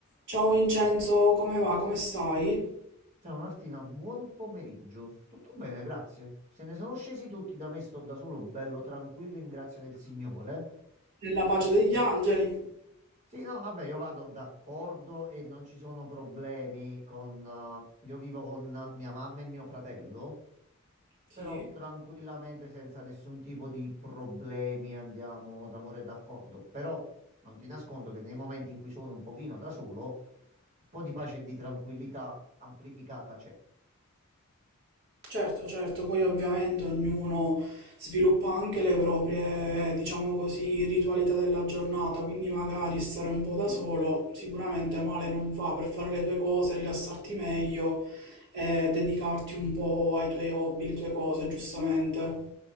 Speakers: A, on the right; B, on the right.
A: Ciao Vincenzo, come va? Come stai?
B: Ciao Martina, buon pomeriggio. Tutto bene, grazie. Se ne sono scesi tutti da me, sto da solo, bello tranquillo, in grazia del Signore.
A: Nella pace degli angeli?
B: Sì, no, vabbè, io vado d'accordo e non ci sono problemi con... eh, io vivo con mia mamma e mio fratello,
A: Sì,
B: però tranquillamente, senza nessun tipo di problemi, andiamo d'amore e d'accordo. Però non ti nascondo che nei momenti in cui sono un pochino da solo, un po' di pace e di tranquillità amplificata c'è.
A: certo, certo, poi ovviamente ognuno sviluppa anche le proprie, diciamo così, ritualità della giornata, quindi magari stare un po' da solo sicuramente male non fa per fare le tue cose, rilassarti meglio e dedicarti un po' ai tuoi hobby, le tue cose, giustamente.